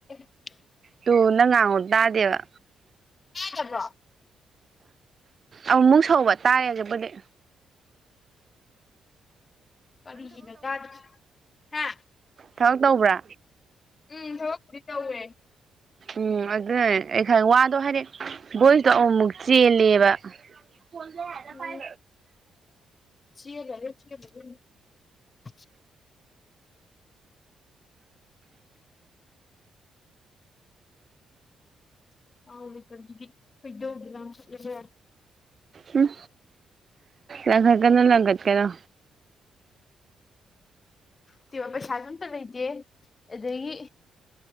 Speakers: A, on the left (about 40°); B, on the right (about 45°).
A: <unintelligible>
B: ꯇꯨ ꯅꯪ ꯉꯥꯡꯕ ꯇꯥꯗꯦꯕ꯫
A: <inaudible> ꯗꯕ꯭ꯔꯣ꯫
B: ꯑꯃꯨꯛ ꯁꯧꯕ ꯇꯥꯔꯦ ꯍꯖꯤꯛꯄꯨꯗꯤ꯫
A: ꯕꯤꯒꯤꯅ ꯀꯥ ꯍꯥ꯫
B: ꯊꯕꯛ ꯇꯧꯕ꯭ꯔꯥ꯫
A: ꯎꯝ ꯊꯕꯛꯄꯨꯗꯤ ꯇꯧꯋꯦ꯫
B: ꯎꯝ ꯑꯗꯨꯅꯅꯦ ꯑꯩ ꯈ ꯋꯥꯗꯣ ꯍꯥꯏꯗꯤ ꯕꯣꯏ꯭ꯁꯗꯣ ꯑꯃꯨꯃꯨꯛ ꯆꯦꯜꯂꯦꯕ꯫ ꯐꯣꯟꯖꯅ
A: ꯎꯝ
B: <unintelligible> ꯄꯥꯏ꯫
A: <unintelligible> ꯆꯦꯟꯕꯗꯨꯅꯤ ꯄꯩꯁꯥꯁꯨ
B: ꯎꯝ꯫ ꯂꯪꯈꯠꯀꯅꯣ ꯂꯪꯈꯠꯀꯅꯣ꯫
A: ꯇꯤꯕ ꯄꯩꯁꯥꯁꯨ ꯑꯝꯇ ꯂꯩꯇꯦ ꯑꯗꯒꯤ꯫